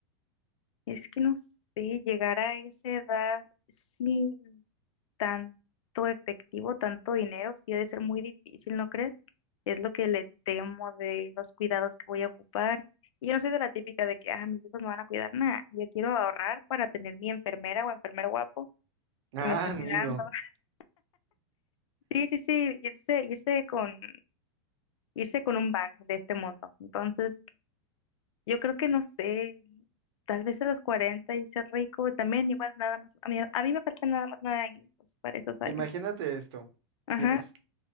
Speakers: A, on the left; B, on the right.
A: es que no sé, llegar a esa edad, sí. tanto efectivo, tanto dinero, sí debe ser muy difícil, ¿no crees? Es lo que le temo de los cuidados que voy a ocupar. Y yo no soy de la típica de que, ah, mis hijos me van a cuidar, nada, yo quiero ahorrar para tener mi enfermera o enfermero guapo
B: Ah,
A: que me esté
B: amigo,
A: cuidando. <laughs> Sí, sí, sí, irse, irse con, irse con un bank de este mundo. Entonces, yo creo que no sé, tal vez a los 40 y ser rico también, igual nada más, a mí, a mí me faltan nada más nueve años para esos años.
B: imagínate esto.
A: Ajá.
B: Tienes